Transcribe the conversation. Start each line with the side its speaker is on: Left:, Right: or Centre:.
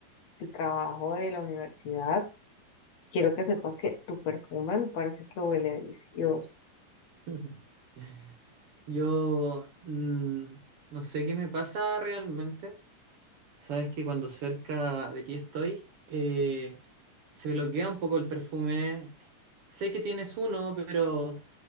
Left: el trabajo de la universidad, quiero que sepas que tu perfume me parece que huele delicioso.
Right: <laughs> Yo mm, no sé qué me pasa realmente. Sabes que cuando cerca de ti estoy, eh, se bloquea un poco el perfume. Sé que tienes uno, pero